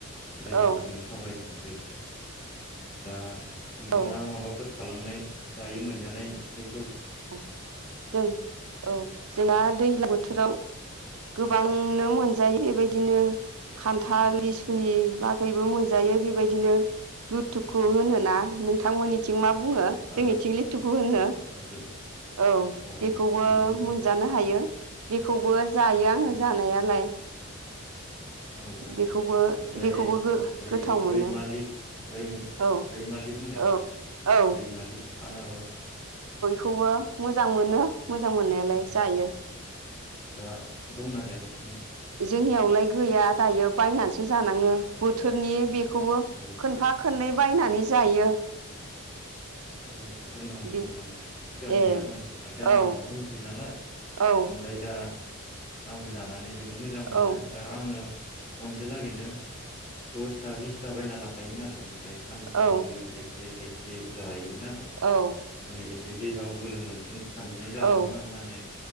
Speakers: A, on the left; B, on the right.
A: जायफोरखौ
B: औ
A: जोङो सावरायथवाखै दा नोंथाङा
B: औ
A: माबाफोर थालांनाय दायो मोनजानाय जाय
B: औ जों औ जोंना दैज्लां बो थोराव गोबांनो मोनजायो बेबायदिनो खान्थाल लिसुनि बागैबो मोनजायो बेबायदिनो लुथुखु होनोना नोंथांमोननिथिं मा बु बुङो
A: ओ
B: जोंनिथिं लिथुखु होनो
A: औ
B: औ बेखौबो
A: औ बिदिनो होनो
B: मोनजानो हाय यो बेखौबो जायो आङो
A: औ
B: जानायालाय
A: औ औ ओमफ्राय
B: बेखौबो बेखौबो
A: बै
B: गोथाव मोनो
A: रैमालि रै
B: औ
A: रैमालि बुंनायालाय
B: औ औ
A: रैमालि आनारस
B: खौबो मोजां मोनो मोजां मोननायालाय
A: औ
B: जायो।
A: औ दा दंना गैया नोंसिनियाव?
B: जोंनियावलाय गैया दायो बायनानैसो जानांङो बोथोरनि बे खौवो
A: औ
B: खोनफा खोननै बायनानै जायो
A: औ जोंनाव दं
B: बे
A: माने सिगां
B: ए
A: गैयामोन दा गामियावनो
B: औ
A: दंसै नालाय
B: औ
A: ओमफ्राय दा आंबो जानानै जोबोर मोजां मोनो
B: औ
A: दा आङो खनसे लागैनो दसथा बिसथा बायना लाखायोमोन आरो फ्राय सानफ्रोमबो
B: औ
A: थाइसे थाइ ए जायोमोन खोनादों
B: औ
A: माने एसे देहायाव बोलो मोन थों साननानै जादोंमोन
B: औ
A: आं माने